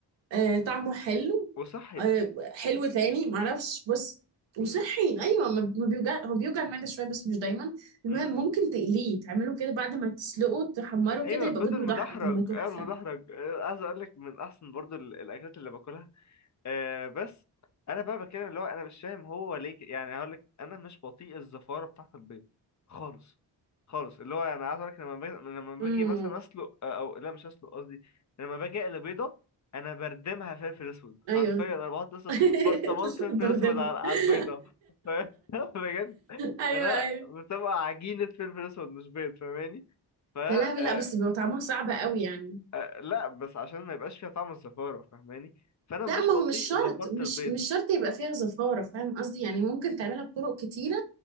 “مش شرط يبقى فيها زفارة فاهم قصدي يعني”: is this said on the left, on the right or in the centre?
Right